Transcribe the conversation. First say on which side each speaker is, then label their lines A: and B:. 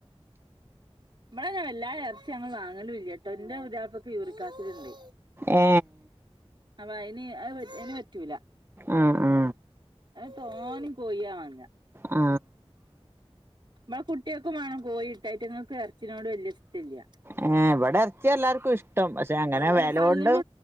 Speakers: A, on the right; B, on the right.
A: ഇമ്മടെ വല്ലാ ഇറച്ചി ഞങ്ങൾ വാങ്ങലുംല്ല ട്ടോ എന്റെ ഉതാപ്പൊക്കെ യൂറിക്കാസിടുണ്ട്.
B: ഏ
A: അ ഇനി അത് ഇനി പറ്റൂല.
B: ആ ആ
A: തോന കൊയ്യവാങ്ങ.
B: ആ
A: നമ്മ കുട്ടികക്കും വേണം ട്ടായിത്ങ്ങൾക്ക് ഇറച്ചിനോട് വല്യ ഇഷ്ടല്ല.
B: ഏ ഇവിടെ ഇറച്ചിയ എല്ലാർക്കും ഇഷ്ടം. പക്ഷെ അങ്ങനെ
A: അന്റെ
B: വിലൊണ്ട
A: പല്ലിന്റെ